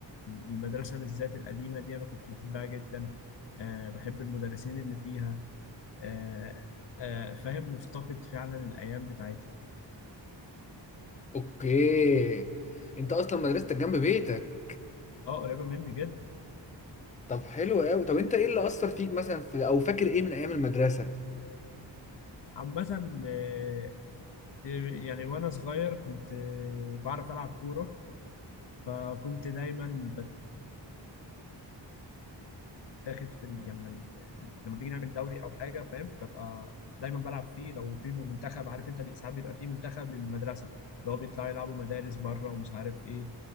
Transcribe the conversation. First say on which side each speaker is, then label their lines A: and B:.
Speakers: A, on the left; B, on the left.
A: المدرسة بالذات القديمة دي أنا كنت بحبها جدا، أه بحب المدرسين اللي فيها، أه أه فاهم مفتقد فعلا الأيام بتاعتها،
B: أوكي أنت أصلا مدرستك جنب بيتك
A: أه قريبة مني جدا.
B: طب حلو أوي طب أنت إيه اللي أثر فيك مثلا في أو فاكر إيه من أيام المدرسة؟
A: عامة آه، آه، يعني وأنا صغير كنت آه، بعرف ألعب كورة فكنت دايما بتاخد في ال- يعني يعني لما بنيجي نعمل دوري أو حاجة فاهم ببقى دايما بلعب فيه لو في منتخب عارف أنت بي- ساعات بيبقى فيه منتخب للمدرسة اللي هو بيطلعوا يلعبوا مدارس بره ومش عارف إيه